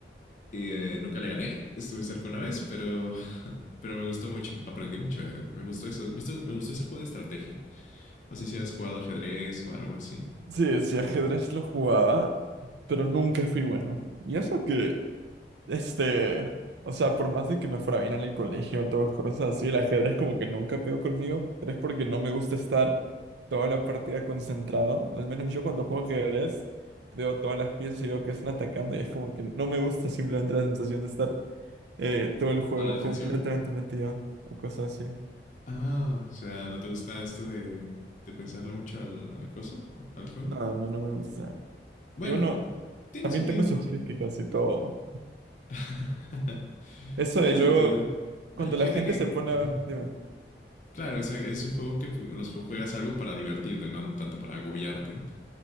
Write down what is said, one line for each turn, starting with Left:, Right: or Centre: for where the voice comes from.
Left: Y, eh, nunca le gané. Estuve cerca una vez, pero, <laughs> pero me gustó mucho. Aprendí mucho. eh, Me gustó eso. Me gustó, me gustó ese juego de estrategia. No sé si has jugado ajedrez o algo así.
Right: Sí, sí,
Left: O
Right: ajedrez lo jugaba, pero nunca fui bueno. Y eso que Este, o sea, por más de que me fuera bien en el colegio, todas cosas así, el ajedrez como que nunca pegó conmigo, pero es porque no me gusta estar toda la partida concentrado. Al menos yo cuando juego ajedrez veo todas las piezas y veo que están atacando y es como que no me gusta simplemente la sensación de estar eh, todo el juego
Left: a la defensiva.
Right: completamente metido o cosas así.
Left: Ah, o sea, ¿no te gusta esto de, de pensarle mucho al, al cosa? ¿O al juego?
Right: No, no, no me gusta.
Left: Bueno,
Right: Y bueno,
Left: tiene
Right: también
Left: sentido.
Right: tengo sus críticas y todo.
Left: <laughs>
Right: Eso
Left: Tiene
Right: de luego,
Left: sentido.
Right: cuando
Left: Hay
Right: la
Left: gente
Right: gente
Left: que...
Right: se pone... a-
Left: ajá.
Right: Dime.
Left: Claro, o sea, es un juego que los ju- juegas algo para divertirte, no No tanto para agobiarte.